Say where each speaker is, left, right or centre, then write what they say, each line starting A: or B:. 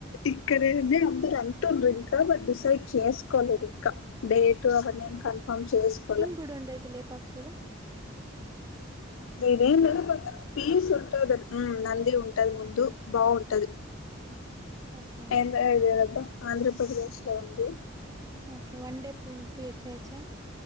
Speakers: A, on the left (about 75°); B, on the right (about 20°).
A: ఇక్కడేంది అందరు అంటుండ్రింక బట్ డిసైడ్ చేసుకోలేదింక డేటు అవన్నేమ్ కన్ఫర్మ్ చేసుకోలె
B: ఇప్పుడుండేది లె పక్షిలో
A: ఇ దేందో బట్ పీస్ ఉంటద ఉమ్ నంది ఉం టైముండి బాగుంటది
B: ఒకే
A: ఏంద ఆంధ్రప్రదేశ్ లో ఉంది
B: ఓకే వన్ డే పు పొయ్యి వొచేయచ్చా